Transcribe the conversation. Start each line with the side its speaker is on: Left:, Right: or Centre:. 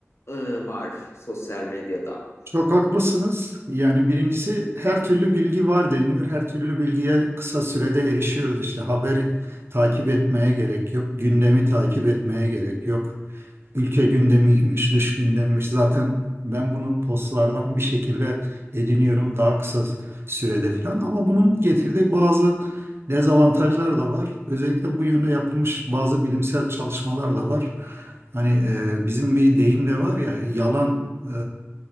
Left: e, var sosyal medyada.
Right: Çok haklısınız. Yani birincisi her türlü bilgi var deniliyor. Her türlü bilgiye kısa sürede erişiyoruz. İşte haberi takip etmeye gerek yok. Gündemi takip etmeye gerek yok. Ülke gündemiymiş, dış gündemmiş. Zaten ben bunu postlardan bir şekilde ediniyorum daha kısa sürede falan. Ama bunun getirdiği bazı dezavantajlar da var. Özellikle bu yönde yapılmış bazı bilimsel çalışmalar da var. Hani e, bizim bir deyim de var ya, yalan e,